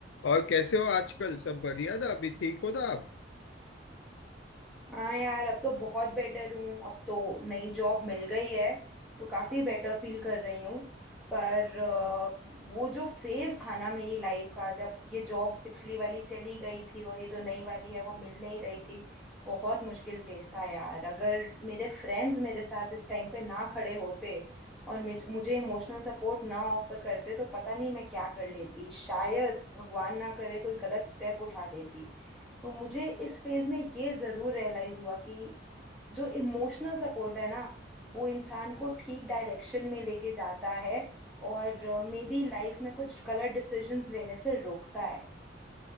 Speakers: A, on the left; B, in the centre.
A: और कैसे हो आजकल सब बढ़िया था अभी ठीक हो था आप
B: हाँ यार अब तो बहुत बेटर हूँ अब तो नई जॉब मिल गई है तो काफ़ी बेटर फील कर रही हूँ पर अ, वो जो फेज था ना मेरी लाइफ का जब ये जॉब पिछली वाली चली गई थी और ये जो नई वाली है वो मिल नहीं रही थी बहुत मुश्किल फेज था यार अगर मेरे फ्रेंड्स मेरे साथ इस टाइम पे ना खड़े होते और मुझ- मुझे इमोशनल सपोर्ट ना ऑफर करते तो पता नहीं मैं क्या कर लेती शायद भगवान ना करे कोई गलत स्टेप उठा लेती तो मुझे इस फेज में ये ज़रूर रियलाइज़ हुआ कि जो इमोशनल सपोर्ट है ना वो इंसान को ठीक डायरेक्शन में लेके जाता है और मे बी लाइफ में कुछ गलत डिसीजंस लेने से रोकता है